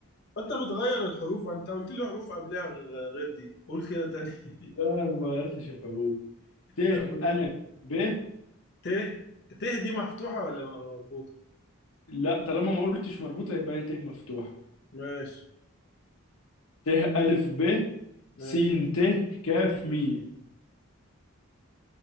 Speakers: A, on the left; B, on the left.
A: انت بتغير الحروف انت قلت لي حروف قبلها غ- غير دي قول كده تاني
B: <laughs>
A: <laughs>
B: لا انا ما غيرتش الحروف ت
A: طب قول.
B: الف ب
A: ت ت دي مفتوحة ولا مربوطة
B: لا طالما ما قلتش مربوطه يبقى هي ت مفتوحه
A: ماشي
B: ت الف ب
A: ماشي
B: س ت كاف ميم